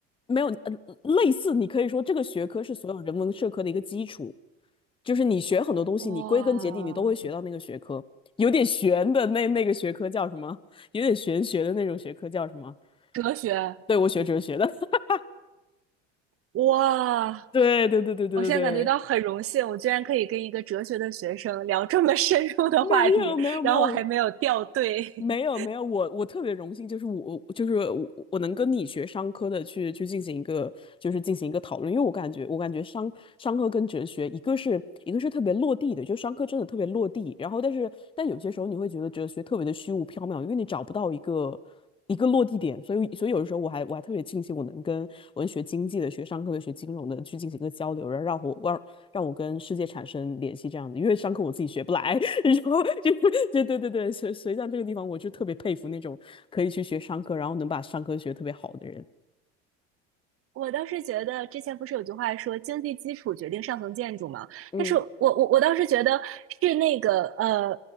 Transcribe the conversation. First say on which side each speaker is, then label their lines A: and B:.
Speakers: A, on the left (about 15°); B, on the right (about 45°).
A: 没有呃类似，你可以说这个学科是所有人文社科的一个基础，就是你学很多东西，
B: 哇，
A: 你归根结底你都会学到那个学科。有点玄的那那个学科叫什么？有点玄学的那种学科叫什么？
B: 哲学，
A: 对，我学哲学的。<laughs>
B: 哇，
A: 对对对对对对对，
B: 我现在感觉到很荣幸，我居然可以跟一个哲学的学生聊这么深入的话题，
A: 没有没有没有，
B: 然后我还没有掉队。<laughs>
A: 没有没有，我我特别荣幸，就是我就是我我能跟你学商科的去去进行一个就是进行一个讨论，因为我感觉我感觉商商科跟哲学一个是一个是特别落地的，就商科真的特别落地，然后但是但有些时候你会觉得哲学特别的虚无缥缈，因为你找不到一个一个落地点，所以所以有的时候我还我还特别庆幸我能跟文学经济的、学商科的、学金融的去进行一个交流，然后让我让让我跟世界产生联系这样子，因为商科我自己学不来。<laughs> 然后就就 <laughs> 对对对，所以所以像这个地方，我就特别佩服那种可以去学商科，然后能把商科学得特别好的人。
B: 我倒是觉得，之前不是有句话说“经济基础决定上层建筑”嘛？
A: 嗯
B: 但是我我我倒是觉得是那个呃，